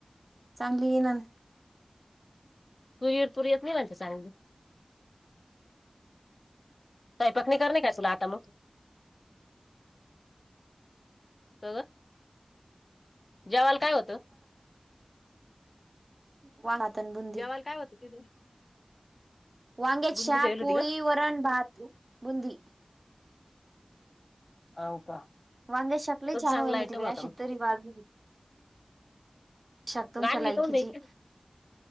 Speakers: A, on the right; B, on the left.
A: चांगली येईन
B: तुरीर तुर येत नाही म्हणत्या चांगली सईपाक नही करणेय का आता मग. क व जवायला काय होत.
A: भात अन बुंदी
B: जवायला काय होत तिथं.
A: वांगेचीशाक,
B: बुंदी ठेवली
A: पोळी,
B: होती का?
A: वरण, भात, बुंदी.
B: हव का?
A: वांगेशक लई
B: तो
A: छान
B: चांगला
A: होयल
B: आयटम
A: होती बाई
B: होता
A: अशी
B: मग
A: तरी बाज शक तुमच्या
B: आणली
A: लायकीची.
B: काऊन नाही?